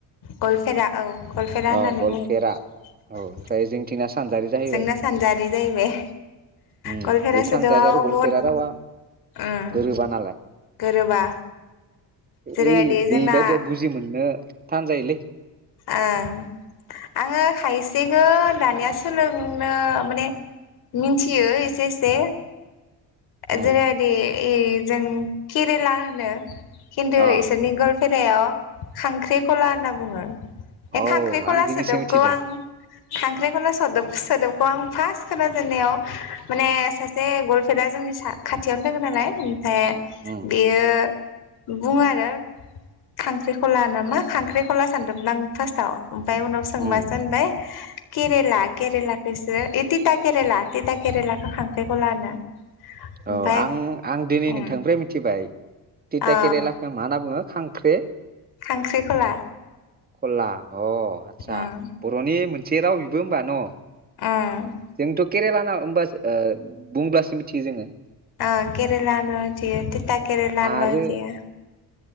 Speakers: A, on the left (about 60°); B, on the right (about 20°).
A: गवलपेरा औ गवलपेरा होननानै
B: अ गलपेरा
A: बुंङो
B: औ ओमफ्राय जोंथिंना सानजारि जाहैबाय
A: जोंना सानजारि जाहैबाय
B: उम
A: गवालपेरा
B: बे सानजारि
A: सोदोबआव
B: आरो गलपेरा
A: बहुद उम
B: रावा गोरोबा नालाय
A: गोरोबा जेरैबायदि
B: ओइ बेबायदियाव
A: जोंना
B: बुंजि मोननो नो थान जायोलै
A: ओं आंङो खायसेखो दानिया सोलोंनो माने मिनथियो एसे-एसे
B: उम
A: जेरैबादि ए जों केरेला होनो खनथु
B: अ
A: इसोरनि गल फेरायाव खांख्रिखला होनना बुंङो ए
B: औ
A: खांख्रिखला
B: आं दिनैसो
A: सोदोबखौ
B: मिथिदों
A: आं खांख्रिखला सोदोब सोदोबखौ आं फास खोनाजेननायाव माने सासे गल फेरा जोंनि सा खाथियावनो दोंङो नालाय ओमफ्राय
B: उम
A: बियो बुंङो आरो खांख्रिखला नामा मा खांख्रिखला सानदोंमोन आं फासथाव ओमफ्राय उनाव सोंबासो
B: उम
A: होनबाय केरेला केरेलाखोसो इ तिथा केरेला तिथा केरेलाखो खांख्रिखला होनो ओमफ्राय
B: औ आं आं दिनै
A: उम
B: नोंथांनिफ्राय मिथिबाय तिथा
A: अ
B: केरेलाखौ मा होनना बुंङो खां ख्रे
A: खांख्रिखला
B: खला अ आतसा
A: उम
B: बरनि मोनसे असे राव बिबो होनबा न
A: उम
B: जोंथ केरेला ना होमबा ओ बुंब्लासो मिथियो जोंङो
A: आ केरेलानो मिथियो तिथा केरला होनबा
B: आरो
A: मिथियो